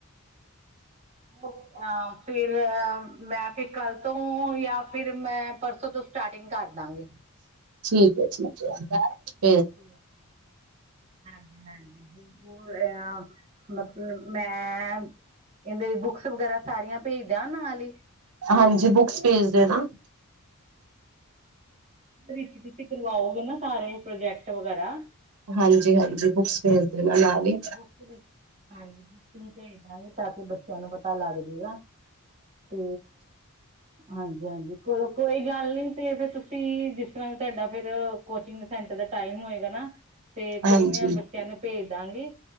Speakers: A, on the right (about 30°); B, on the right (about 80°).
A: ਓਫ ਹਾਂ, ਫਿਰ ਮੈਂ ਫਿਰ ਕੱਲ ਤੋਂ, ਯਾ ਫਿਰ ਮੈਂ, ਪਰਸੋਂ ਤੋਂ ਸਟਾਰਟਿੰਗ ਕਰਦਾਂਗੀ।
B: ਠੀਕ ਹੈ, ਠੀਕ ਏ।
A: ਠੀਕ ਹੈ, ਹਾਂਜੀ-ਹਾਂਜੀ। <unintelligible> ਮਤਲਬ ਮੈਮ ਇਹਦੇ ਦੀ ਬੁੱਕਸ ਵਗੈਰਾ ਸਾਰੀਆਂ ਭੇਜ ਦਿਆਂ, ਨਾਲ ਹੀ।
B: ਹਾਂਜੀ। ਬੁੱਕਸ ਭੇਜਦੇ ਨਾ।
A: ਵਿੱਚ ਤੁਸੀਂ ਕਰਵਾਓਗੇ ਨਾ, ਸਾਰੇ ਪ੍ਰੋਜੈਕਟ ਵਗੈਰਾ
B: ਹਾਂਜੀ-ਹਾਂਜੀ ਬੁੱਕਸ ਭੇਜਦੇਣਾ
A: ਹਾਂਜੀ
B: ਨਾਲ ਹੀ।
A: ਬੁੱਕ ਵਿੱਚ ਹਾਂਜੀ ਬੁੱਕ ਭੇਜ ਦਾਂਗੇ ਤਾਂ ਕਿ, ਬੱਚਿਆਂ ਨੂੰ ਪਤਾ ਲੱਗ ਜਾਏਗਾ, ਤੇ ਹਾਂਜੀ-ਹਾਂਜੀ, ਚਲੋ ਕੋਈ ਗੱਲ ਨੀ, ਤੇ ਫੇਰ ਤੁਸੀਂ ਜਿਸ ਤਰ੍ਹਾਂ ਤੁਹਾਡਾ ਫਿਰ ਕੋਚਿੰਗ ਸੈਂਟਰ ਦਾ ਟਾਈਮ ਹੋਏਗਾ ਨਾ, ਤੇ
B: ਹਾਂਜੀ
A: ਕੋਈ ਨੀ ਬੱਚਿਆਂ ਨੂੰ ਭੇਜਦਾਂਗੀ